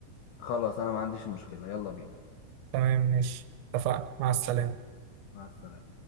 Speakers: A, on the left; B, on the right.
A: خلاص انا ما عنديش مشكلة يلا بينا
B: تمام ماشي اتفقنا مع السلامه
A: مع السلامة